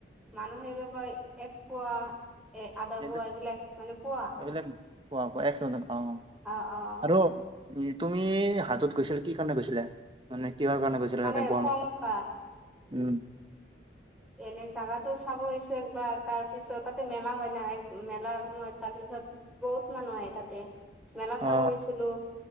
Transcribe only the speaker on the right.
সেইটো
এইবিলাক পোৱা, পোৱা একশ অঁ
আৰু তুমি হাতত গৈছিলা কি কাৰণে গৈছিলা মানে? কিহৰ কাৰণে গৈছিলা
তাতে হাতত
উম।
অ